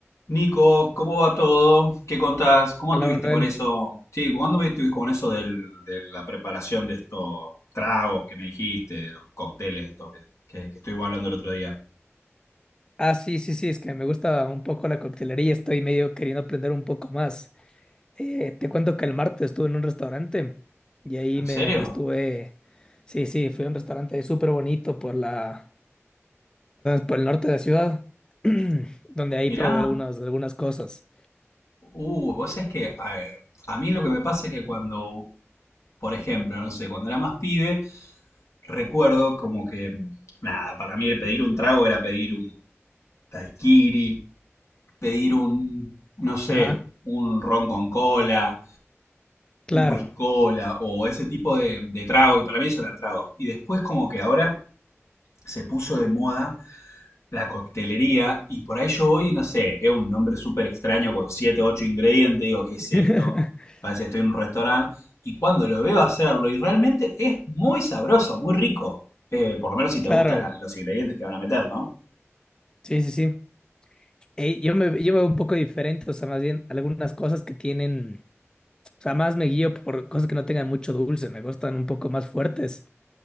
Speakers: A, on the left; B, on the left.
A: Nico, ¿cómo va todo? ¿Qué contás? ¿Cómo
B: Hola
A: anduviste
B: Manuel.
A: con eso? Sí, ¿cuándo estuviste con eso del- de la preparación de estos tragos que me dijiste, de los cócteles estos que, que- que estuvimos hablando el otro día?
B: Ah, sí, sí, sí, es que me gusta un poco la coctelería, estoy medio queriendo aprender un poco más. Eh, te cuento que el martes estuve en un restaurante y ahí
A: ¿En
B: me,
A: serio?
B: me estuve, sí, sí, fui a un restaurante súper bonito por la, por el norte de la ciudad, <clears throat> donde ahí
A: Mirá,
B: probé algunas, algunas cosas.
A: uh, vos sabés que eh, a mí lo que me pasa es que cuando, por ejemplo, no sé, cuando era más pibe, recuerdo como que, nada, para mí el pedir un trago era pedir un daiquiri, pedir un, no sé,
B: Ajá,
A: un ron con cola
B: claro,
A: un whisky cola o ese tipo de, de trago, y para mí eso eran tragos. Y después como que ahora se puso de moda la coctelería, y por ahí yo hoy, no sé, veo un nombre súper extraño con 7 8 ingredientes, digo, ¿qué es
B: <laughs>
A: esto? Parece que estoy en un restaurante, y cuando lo veo hacerlo, y realmente es muy sabroso, muy rico. Eh, por lo menos si te
B: claro,
A: gustan la- los ingredientes que van a meter, ¿no?
B: sí, sí, sí. Ey, yo me, yo me veo un poco diferente, o sea, más bien algunas cosas que tienen... O sea, más me guío por cosas que no tengan mucho dulce, me gustan un poco más fuertes,